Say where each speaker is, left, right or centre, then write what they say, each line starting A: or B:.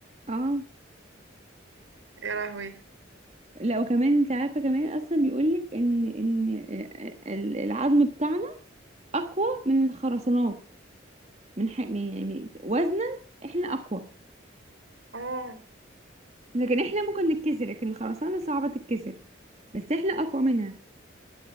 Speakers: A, on the right; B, on the right.
A: اه
B: يا لهوي
A: لا وكمان انت عارفه كمان اصلا بيقولك ان ان آه، ال- العظم بتاعنا اقوى من الخرسانات من حق من- يعني وزنا احنا اقوى
B: اه
A: لكن احنا ممكن نتكسر لكن الخرسانه صعبه تتكسر بس احنا اقوى منها